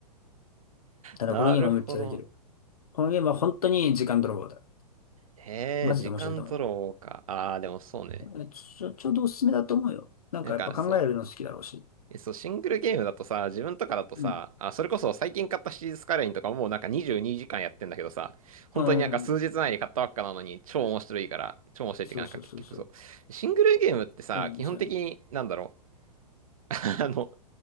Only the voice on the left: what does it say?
ただこのゲームはむっちゃできる。
このゲームは本当に時間泥棒だ。
マジで面白いと思う。
えちょ、ちょうどおすすめだと思うよ。なんかやっぱ考えるの好きだろうし。
うん。
うん。
そうそうそうそう。
あれなんですよね。